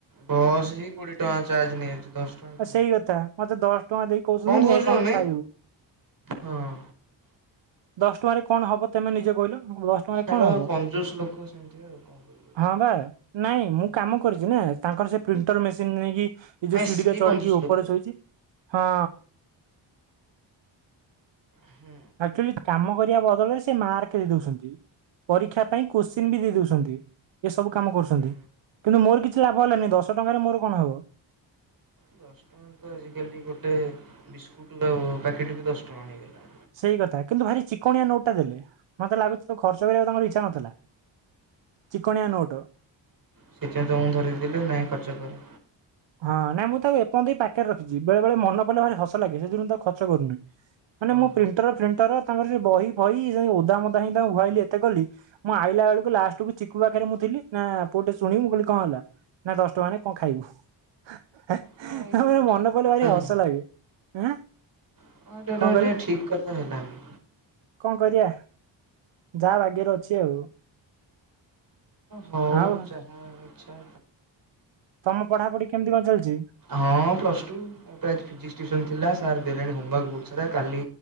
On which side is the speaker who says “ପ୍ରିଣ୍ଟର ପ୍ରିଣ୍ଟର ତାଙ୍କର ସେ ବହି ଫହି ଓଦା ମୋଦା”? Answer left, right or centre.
Right